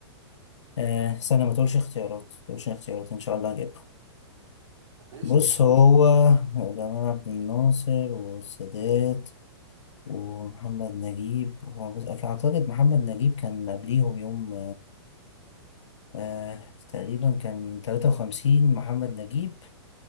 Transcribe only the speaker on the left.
آه استنى ما تقولش اختيارات ما تقولش اختيارات إن شاء الله هجيبها
بص
هو جمال عبد الناصر والسادات ومحمد نجيب هو بص أعتقد محمد نجيب كان قبليهم بيوم آه تقريبا كان تلاتة وخمسين محمد نجيب